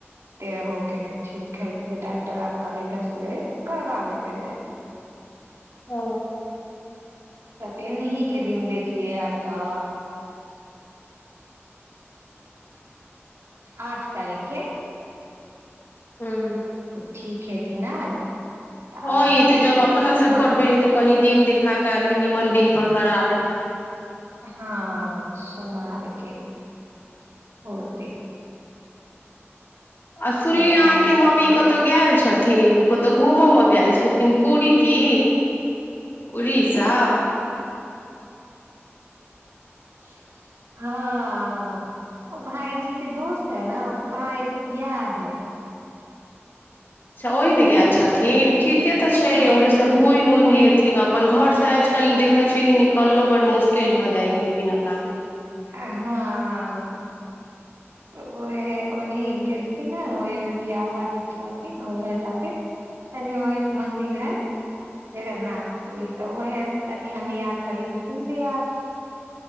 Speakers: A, on the right; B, on the left.
A: तेरहहोके नहि ठीक हइ तऽ डॉक्टर आर कहलै दस बेे करबा लेबै ल
B: ओ
A: तऽ पेनह के दिन देखलियै आर तऽ आठ तारीख के
B: हँ ह
A: ठीक हे दिन आर तऽ
B: हँ
A: आठ
B: ई
A: तारीख
B: तऽ जब
A: के
B: अपना
A: सोमवार
B: से करबे हे तऽ कनि दिन देखा कऽ आदमी निमन दिन पर करा ले
A: हँ के होत
B: आ सुनलियै
A: आर
B: अहाँके
A: मे सब
B: मम्मी
A: कोइ
B: कतहु गेल छथिन कतहु घूमो मे गेल छथिन पूरी की उड़ीसा
A: हँ हँ हँ ओ भायजी के दोस्त हय न ओकर भाय के बिआह हय
B: ओहि ने गेल छथिन ठीके ते छै
A: हँ
B: ओने से घुमि उमि लेथिन अपन घर से कनि देखै छियै कि निकललो बड मुश्किल भऽ जाइ ह कि बिना काम के
A: हँ तऽ उएहे ओनाह गेलथििन हे ओहमे बिय उआ नख रहथिन उएह साथे तनि ओह मन्दिर हइ जगन्नाथपुरी तऽ उएहसँ तनि हमी आर कहलियी घुमली आर